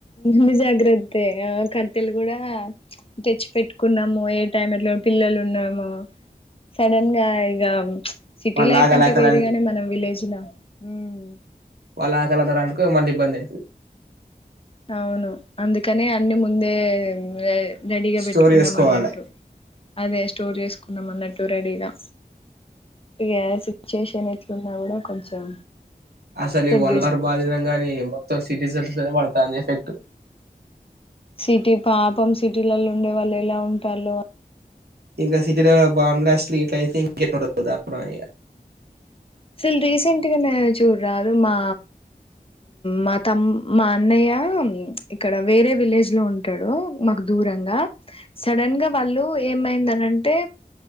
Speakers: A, on the left; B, on the right.
A: ముందు జాగ్రత్త ఆ కట్టెలు కూడా తెచ్చి పెట్టుకున్నాము ఏ టైం ఎట్ల పిల్లలు ఉన్నాము సడన్ గా ఇగ ప్చ్ సిటీ
B: వాళ్ళు
A: లైఫ్
B: ఆకలి
A: అంటే
B: ఆకలి
A: వేరే గాని మనం విలేజ్ లా ఉమ్
B: వాళ్ళ ఆకలి అన్నారనుకో మళ్ళీ ఇబ్బందయితది
A: అవును అందుకనే అన్ని ముందే రె రెడీగా
B: స్టోర్
A: పెట్టుకున్నాం
B: చేసుకోవాలి
A: అన్నట్టు అదే స్టోర్ చేసుకున్నాం అన్నట్టు రెడీగా ఇగ సిచ్చువేషన్ ఎట్లు ఉన్నా కూడా కొంచెం
B: అసలు
A: సెట్
B: ఈ వరల్డ్
A: చేసుకోవచ్చు
B: వార్ బాధిదంగా గానే ఈ మొత్తం సిటిజన్ <inaudible> పడతాంది ఎఫెక్ట్
A: సిటీ పాపం సిటీలలో ఉండే వాళ్ళు ఎలా ఉంటాలో
B: ఇంకా సిటీలో బాంబ్ బ్లాస్ట్లు గిట్లా అయితే ఇంకా ఎట్ల ఉంటాదో దారుణం ఇగ
A: అసలు రీసెంట్గా నే చూడ రాదు మా మా తమ్ మా అన్నయ్య ఇక్కడ వేరే విలేజ్ లో ఉంటాడు మాకు దూరంగా సడన్ గా వాళ్ళు ఏమైందనంటే